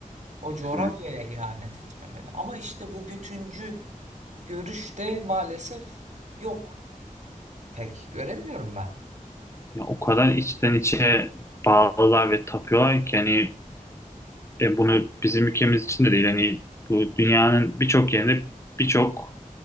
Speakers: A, on the right; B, on the left.
A: o coğrafyaya
B: Hı.
A: ihanet etmemeli. Ama işte bu bütüncü görüşte maalesef yok. Pek göremiyorum ben.
B: Ya o kadar içten içe bağlılar ve tapıyorlar ki hani e, bunu bizim ülkemiz için de değil hani bu dünyanın birçok yerinde birçok